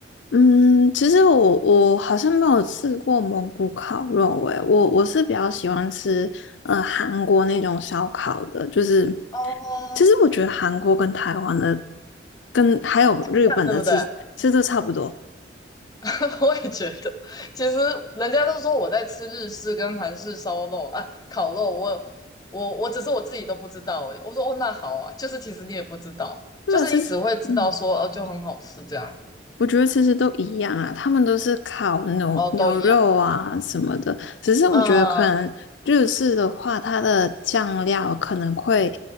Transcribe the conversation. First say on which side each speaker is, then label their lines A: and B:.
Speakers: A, on the left; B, on the left.
A: 嗯，其实我我好像没有吃过蒙古烤肉，诶，我我是比较喜欢吃呃韩国那种烧烤的，就是
B: 哦，
A: 其实我觉得韩国跟台湾的跟还有日本的其实其实都差不多，
B: 这样对不对？<laughs> 我也觉得，其实人家都说我在吃日式跟韩式烧肉啊，烤肉我，我我只是我自己都不知道而已。我说哦，那好啊，就是其实你也不知道，
A: 对吧？
B: 就是你只会知道说哦，
A: 其实。嗯
B: 就很好吃这样，
A: 我觉得其实都一样啊，他们都是烤牛牛肉啊什么的，
B: 哦，都一样，
A: 只是我觉得可能日式的话，
B: 嗯，
A: 它的酱料可能会